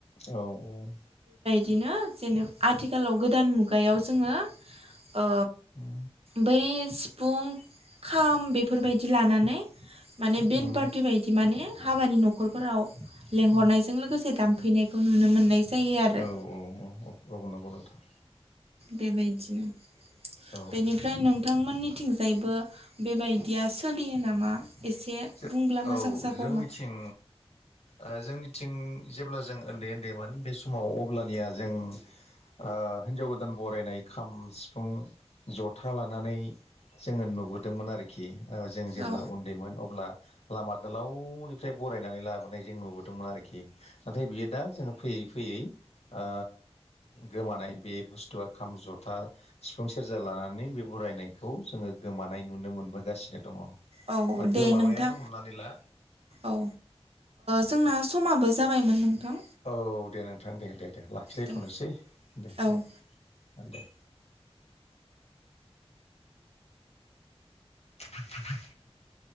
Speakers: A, on the left; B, on the right.
A: औ औ।
B: दिनो जेनेब आथिखालाव गोदान मुगायाव जोङो ओ
A: उम उम
B: बै सिफुं खाम बे फोरबायदि लानानै माने बेन
A: उम
B: पार्टि बायदि माने हाबानि न'खरफोराव लेंहरनायजों
A: औ
B: लोगोसे दामफैनायखौ नुनो मोननाय। जायो आरो
A: औ औ औ औ औ नंगौ नोंथां।
B: बेबायदिनो
A: औ
B: बेनिफ्राय नोंथांमोननि थिंजायबो बेबायदिया सोलियो नामा? एसे
A: जे
B: बुंब्ला मोजां
A: औ
B: जागौमोन
A: जोंनिथिं ओ जोंनि थिं जेब्ला जों उन्दै उन्दैमोन बे समाव अब्लानिया जों ओ हिनजाव गोदान बरायनाय खाम सिफुं जथा लानानै जोङो नुबोदोंमोन आरोखि ओ जों जेब्ला
B: औ
A: उन्दैमोन अ ब्ला लामा गोलावनिफ्राय बरायनानै लाबोनाय जों नुबोदोंमोन आरोखि नाथाय बियो दा जोङो फैयै फैयै ओ गोमानाय बे बुस्थुआ खाम जथा सिफुं सेरजा लानानै बे बु बरायनायखौ जोङो गोमानाय नुनो मोनबोगासिनो दङ।
B: औ
A: बा
B: दे
A: गोमाबायानो
B: नोंथां
A: हमनानै ला
B: औ जोंना समाबो। जाबायमोन नोंथां।
A: औ दे नोंथां दे दे दे लाखिलायथ'नोसै
B: दे
A: दे दे।
B: औ
A: दे दे। <inaudible>